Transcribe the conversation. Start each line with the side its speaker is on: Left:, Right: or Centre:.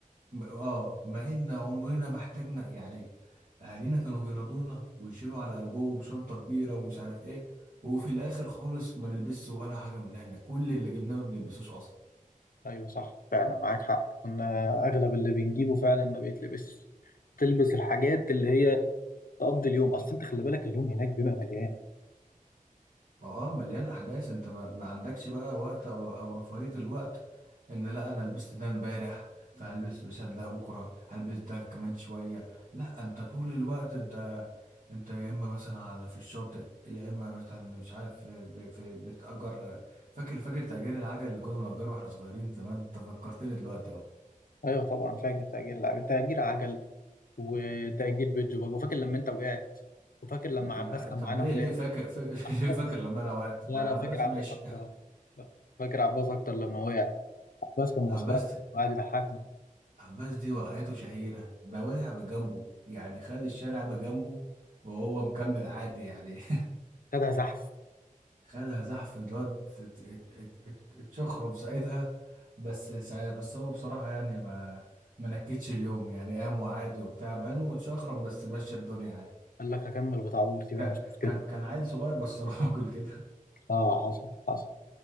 Right: م- اه مع ان عمرنا ما احتاجنا يعني اهالينا كانوا بيرضونا ويشيلوا على قلبهم شنطه كبيره ومش عارف ايه وفي الاخر خالص ما نلبسش ولا حاجه من اللي احنا كل اللي جبناه ما بنلبسوش اصلا
Left: ايوه صح فعلا معاك حق كنا اغلب اللي بنجيبه فعلا ما بيتلبس تلبس الحاجات اللي هي تقضي اليوم اصل انت خلي بالك اليوم هناك بيبقى مليان
Right: ما اه مليان احداث انت ما, ما عندكش بقى وقت او او رفاهية الوقت ان لا انا لبست ده امبارح فهلبس مثلا لا بكره هلبس ده كمان شوية لا انت طول الوقت انت انت يا اما مثلا على في الشاطئ يا اما مثلا مش عارف ب- في بتأجر فاكر فاكر تأجير العجل اللي كنا بنأجره واحنا صغيرين زمان انت فكرتني دلوقتي اهو
Left: ايوه طبعا فاكر تأجير العجل تأجير عجل وتأجير بيت جوباج وفاكر لما انت وقعت وفاكر لما عباس
Right: يعني
Left: كان
Right: طب
Left: معانا
Right: ليه
Left: ووقع
Right: ليه فاكر فا-
Left: عباس
Right: <laughs> ليه فاكر لما انا وقعت
Left: لا
Right: ما عباس
Left: لا فاكر عباس
Right: ماشي
Left: اكتر آه. فاكر عباس اكتر لما وقع عباس كان مسخره
Right: <laughs> عباس
Left: يعني وقعد يضحكنا
Right: عباس دي وقعته شهيرة ده وقع بجنبه يعني خد الشارع بجنبه وهو مكمل عادي يعني <laughs>
Left: خدها زحف
Right: خدها زحف الواد ات- ات- ات- ات- اتشخرب ساعتها بس سا- بس هو بصراحة يعني ما ما نكتش اليوم يعني قام وعادي وبتاع مع انه متشخرم بس مشى الدنيا عادي
Left: قال لك هكمل بتاع عمرتي
Right: كان
Left: بقى مش مشكلة
Right: كان كان عيل صغير بس <laughs> راجل كده
Left: اه حصل حصل